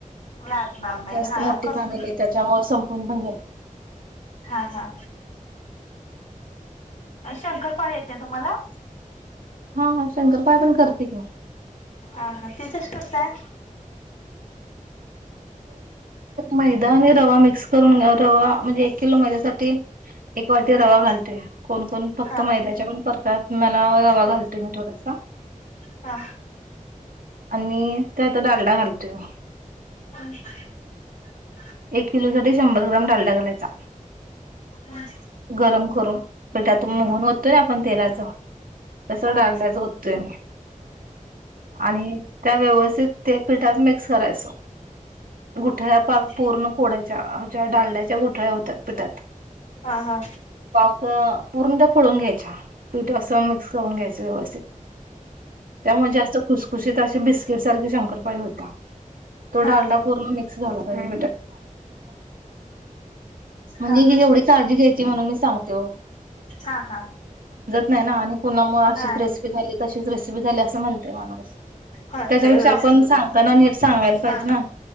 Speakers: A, on the left (about 60°); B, on the right (about 85°).
A: लागणार नाही
B: जास्त
A: हा
B: मोठी
A: करतो
B: फॅमिली
A: की
B: त्याच्यामुळे संपून बघायच.
A: हा हा. शंकरपाळ याेत आहे तुम्हाला
B: हा शंकरपाय पण करते का?
A: हा हा ते कशी करताय.
B: मैदाने रवा मिक्स करून घ्या रवा म्हणजे एक किलो मैद्यासाठी एक वाटी रवा
A: हा
B: घालते कोण कोण फक्त
A: हा
B: मैद्याच्या पण करतात. मला रवा
A: बर
B: घालतोय मी थोडासा
A: हा
B: आणि आता डलडा घलत म
A: ह.
B: एक किलो साठी शंभर ग्राम डालडा घालायचा.
A: हा
B: गरम करून पेठातून मोहन तोय ना आपण तेलाच. तस
A: हा हा
B: डालण्याच होततय मी आणि त्या व्यवस्थित ते पिठात मिक्स करायचो गुठ्या पाक
A: हा
B: पूर्ण पोडायच. डाड्याच्या गोठळ्या होतात पितात.
A: हा हा.
B: पूर्ण त्या फोळून घ्यायच्या पीठ असं मिक्स करून घ्यायचं व्यवस्थित त्यामुळे जास्त खुसखुशीत असे बिस्किट सारखे शंकरपाई होता. तो
A: हा
B: ढालडा पूर्ण मिक्स झाला पाहिजे. काय हो म्हणे
A: हा हा
B: ज काळी घ्याची म्ह ण समत
A: हा हा
B: नाही.
A: नाही
B: रेसिपी झा असं म्हणते माणूस
A: होते
B: त्याच्यापेक्षा
A: होयच
B: आपण
A: की
B: सांगताना नीट सांगायला
A: सांग
B: पाहिजे ना.